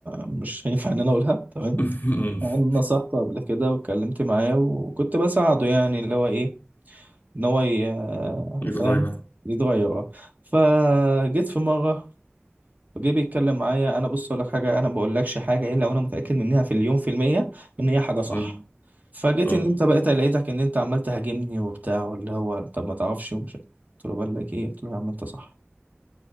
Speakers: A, on the right; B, on the left.
A: مش <laughs> هينفع ان انا اقولها تمام
B: <laughs>
A: انا نصحته قبل كده واتكلمت معاه وكنت بساعده يعني اللي هو ايه ان هو ي-
B: يتغير
A: فاهم يتغير اه. فجيت في مره فجه بيتكلم معايا انا بص اقول لك حاجه انا ما بقولكش حاجه الا وانا متاكد منها في اليوم في المية ان هي حاجه صح
B: أمم.
A: فجيت
B: اه
A: ان انت بقيت لقيتك ان انت عمال تهاجمني وبتاع واللي هو طب ما تعرفش ومش قلت له بقول لك ايه قلت له يا عم انت صح